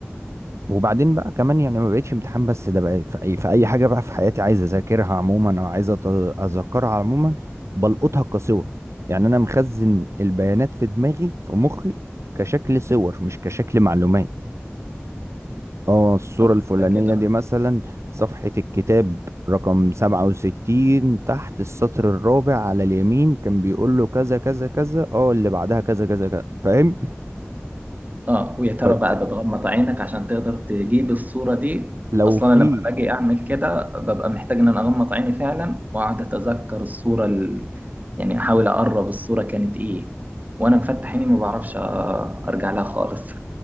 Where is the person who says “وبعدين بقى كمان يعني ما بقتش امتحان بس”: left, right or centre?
Right